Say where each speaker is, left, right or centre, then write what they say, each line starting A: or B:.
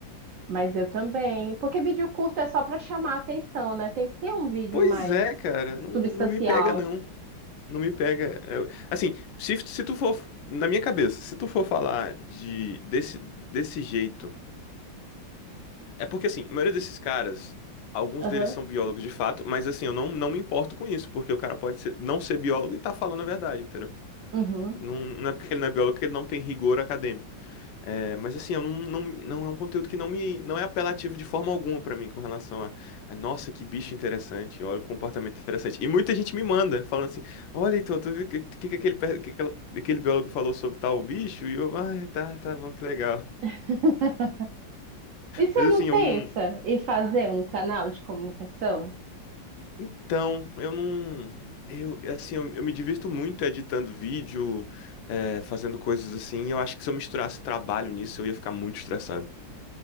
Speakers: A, on the right (about 85°); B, on the left (about 85°).
A: Mas eu também. Porque vídeo curto é só pra chamar a atenção, né? Tem que ter um vídeo
B: Pois
A: mais
B: é, cara, não,
A: substancial.
B: não me pega, não. Não me pega. É, assim, se, se tu for, na minha cabeça, se tu for falar de, desse, desse jeito É porque, assim, a maioria desses caras, alguns
A: Aham.
B: deles são biólogos de fato, mas, assim, eu não, não me importo com isso, porque o cara pode ser- não ser biólogo e tá falando a verdade, entendeu?
A: Uhum.
B: Não, não é porque ele não é biólogo que ele não tem rigor acadêmico. É, mas, assim, eu não, não, não é um conteúdo que não me, não é apelativo de forma alguma pra mim com relação a, a, nossa, que bicho interessante, olha o comportamento interessante. E muita gente me manda, falando assim, olha, então, tu viu o que, que, que aquele, per- que aquela- aquele biólogo falou sobre tal bicho? E eu, ah, tá, tá bom, que legal.
A: <laughs> E você
B: Mas
A: não
B: assim,
A: pensa
B: eu não,
A: em fazer um canal de comunicação?
B: Então, eu não. Eu, assim, eu, eu me divirto muito editando vídeo, é, fazendo coisas assim. Eu acho que se eu misturasse trabalho nisso, eu ia ficar muito estressado.